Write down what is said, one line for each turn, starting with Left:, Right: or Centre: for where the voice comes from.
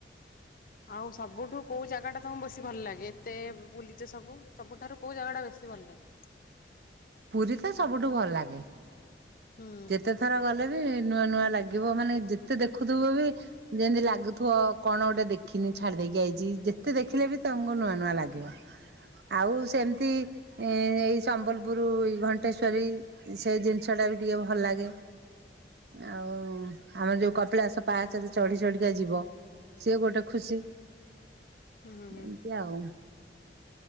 Left: ଆଉ ସବୁଠୁ କେଉଁ ଜାଗାଟା ତମକୁ ବେଶୀ ଭଲ ଲାଗେ ଏତେ ବୁଲିଛେ ସବୁ ସବୁଠାରୁ କେଉଁ ଜାଗାଟା ବେଶୀ ଭଲ ଲାଗେ।
Right: ପୁରୀ ତ ସବୁଠୁ ଭଲ ଲାଗେ।
Left: ହୁଁ
Right: ଯେତେ ଥର ଗଲେ ବି ନୂଆ ନୂଆ ଲାଗିବ ମାନେ ଯେତେ ଦେଖୁଥିବ ବି ଯେମିତି ଲାଗୁଥିବ କଣ ଗୋଟେ ଦେଖିନି ଛାଡି ଦେଇକି ଆଇଛି ଯେତେ ଦେଖିଲେ ବି ତମକୁ ନୂଆ ନୂଆ ଲାଗିବ। ଆଉ ସେମିତି। ଏ ଏଇ ସମ୍ବଲପୁର ଘଣ୍ଟେଶ୍ଵରୀ ସେ ଜିନିଷ ଟା ବି। ପି ଅ ଭଲ ଲାଗେ। ଆଉ ଆମର ଯୋଉ କପିଳାସ ପାହାଚରେ ଚଢି ଚଢିକା ଯିବ। ସିଏ ଗୋଟେ ଖୁସି ଏମିତି
Left: ହୁଁ ହୁଁ
Right: ଆଉ।